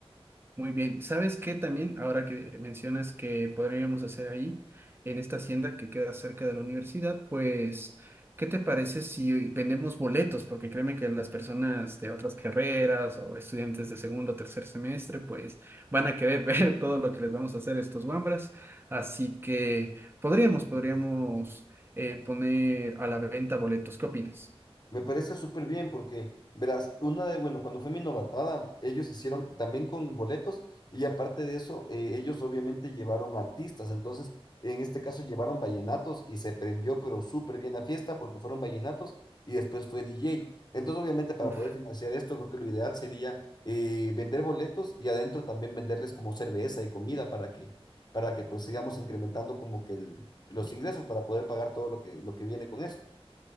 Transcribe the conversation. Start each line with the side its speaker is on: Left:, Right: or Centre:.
Right: Muy bien. ¿Sabes qué también, ahora que mencionas que podríamos hacer ahí, en esta hacienda que queda cerca de la universidad, pues, ¿qué te parece si vendemos boletos? Porque créeme que las personas de otras carreras o estudiantes de segundo o tercer semestre, pues, van a querer <laughs> ver todo lo que les vamos a hacer a estos wambras. Así que podríamos, podríamos eh, poner a la venta boletos. ¿Qué opinas?
Left: Me parece súper bien porque, verás, una de, bueno, cuando fue mi novatada, ellos hicieron también con boletos y aparte de eso, eh, ellos obviamente llevaron artistas. Entonces, en este caso llevaron vallenatos y se prendió, pero súper bien la fiesta porque fueron vallenatos y después fue DJ. Entonces, obviamente, para
Right: Uf,
Left: poder financiar esto, creo que lo ideal sería eh, vender boletos y adentro también venderles como cerveza y comida para que, para que pues sigamos incrementando como que el- los ingresos para poder pagar todo lo que, lo que viene con eso.